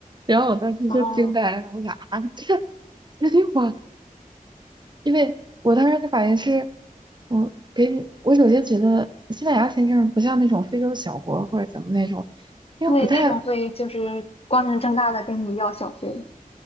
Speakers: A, on the right; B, on the left.
A: 然后我当时就惊呆了，
B: 哦，
A: 我想啊，这这得我，因为我当时的反应是，我给你，我首先觉得西班牙签证不像那种非洲小国或者怎么那种。因为不太
B: 对，那种会就是光明正大的跟你要小费。